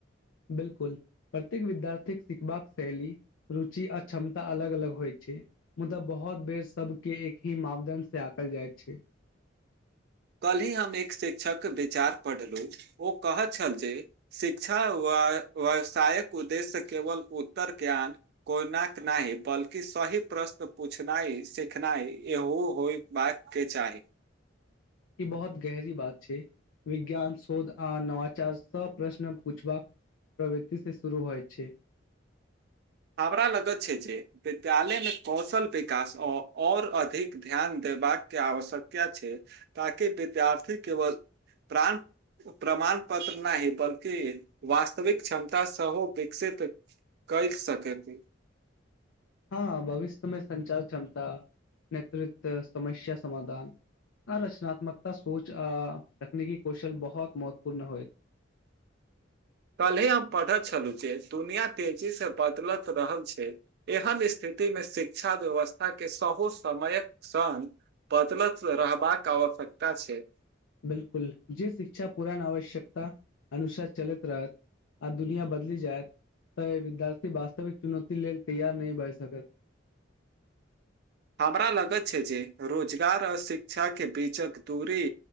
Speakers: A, on the left; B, on the right.
A: बिल्कुल। प्रत्येक विद्यार्थीके सिखबाक शैली रुचि आ क्षमता अलग-अलग होइ छैय। मुदा बहुत बेर सबके एक ही मापदंड से आकल जाइ छै।
B: कल ही हम एक शिक्षक विचार पढ़लहुं, ओ कहैत छल जे शिक्षा व वसायक उद्देश्य केवल उत्तर ज्ञान कोइनाक नाहि बल्कि सही प्रश्न पूछनाइ सिखनाइ ए होई बात के चाहि।
A: ई बहुत गहरी बात छैय, विज्ञान शोध आ नवाचार सब प्रश्न पूछबाक प्रवृति से शुरू होइ छैय।
B: हमरा लगत छैय, जे विद्यालय मे कौशल विकास आओर अधिक ध्यान देबाक के आवश्यका छैय। ताकि विद्यार्थी केवल प्राण प्रमाण पत्र नाहि बल्कि वास्तविक क्षमता सेहो विकसित कइ सकैते
A: हां, भविष्यमे संचार क्षमता नेतृत्व समस्या समाधान आ रचनात्मकता सोच आ तकनीकी कौशल बहुत महत्वपूर्ण होय।
B: कल्हे हम पढ़ैत छलहुँ, जे दुनिया तेजी से बदलत रहल छै। एहन स्थितिमे शिक्षा व्यवस्था के सहो समयक संग बदलत रहबाक आवश्यकता छेय।
A: बिलकुल, जे शिक्षा पुरान आवश्यकता अनुसार चलैत रहत। आ दुनिया बदली जायत तऽ विद्यार्थी वास्तविक चुनौती लेल तैयार नै भए सकत।
B: हमरा लगत छैय, जे रोजगार आ शिक्षा के बीचक दूरी